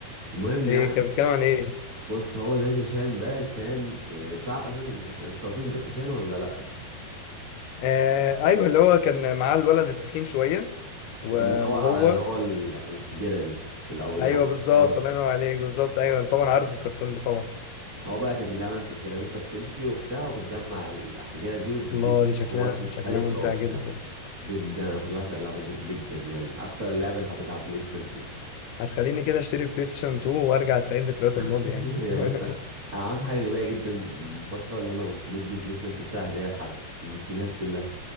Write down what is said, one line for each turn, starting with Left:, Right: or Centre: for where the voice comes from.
Right: المهم
Left: ايه
Right: يعني
Left: كان بيتكلم عن ايه
Right: بص هو جاكي شان ده كان آه، انت عارف اصلا ج- ج- كرتون جاكي شان ولا لا
Left: آه ايوه اللي هو كان معاه الولد التخين شويه و-
Right: وكان بيدور
Left: وهو
Right: على اللي هو ال- الحجره دي الاول
Left: ايوه
Right: يعني الافكار
Left: بالظبط الله ينور عليك بالظبط ايوه أنا طبعا عارف الكرتون ده طبعا
Right: هو بقى كانت اللعبة نفس الكلام انت بتمشي وبتاع وبتجمع الأحجارة دي وبتديك
Left: الله دي شكلها
Right: قوات مختلفة
Left: شكلها ممتع
Right: وبتاع
Left: جدا
Right: جدا انا كنت بعشق اللعبة دي جدا يعني من اكتر اللعب اللي حبيتها على بلاي ستيشن 2
Left: هتخليني كده اشتري بلاي ستيشن 2 وارجع استعيد ذكريات الماضي
Right: <laughs>
Left: يعني
Right: يا
Left: <laughs>
Right: باشا انا عملت حاجة غبية جدا من فترة اللي انا قمت مدي البلاي ستيشن 2 بتاعي هدية لحد والسيديهات كلها